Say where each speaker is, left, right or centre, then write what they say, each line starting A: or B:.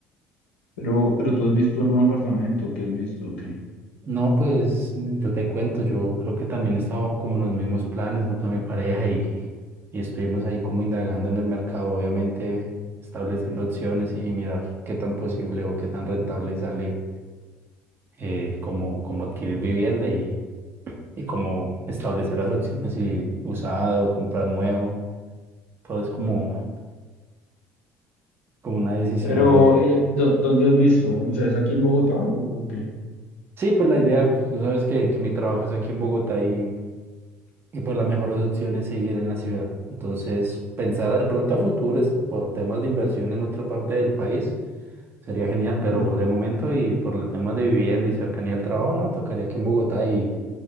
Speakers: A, on the left; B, on the right.
A: pero, pero tú has visto algún apartamento, ¿qué has visto? ¿Qué?
B: No, pues yo te cuento, yo creo que también estaba bajo como en los mismos planes junto a mi pareja y, y estuvimos ahí como indagando en el mercado, obviamente estableciendo opciones y, y mirar qué tan posible o qué tan rentable sale eh, como, como adquirir vivienda y, y como establecer las opciones y usado, comprar nuevo, todo es como, como una decisión
A: Pero,
B: de...
A: eh, ¿dó- ¿dónde has visto? O sea, ¿es aquí en Bogotá o, o qué?
B: Sí, pues la idea, tú sabes que, que mi trabajo es aquí en Bogotá y Y pues la mejor opción es seguir en la ciudad. Entonces, pensar de pronto a futuro es por temas de inversión en otra parte del país sería genial, pero
A: Mm.
B: de momento y por los temas de vivienda y cercanía al trabajo, no, tocaría aquí en Bogotá y,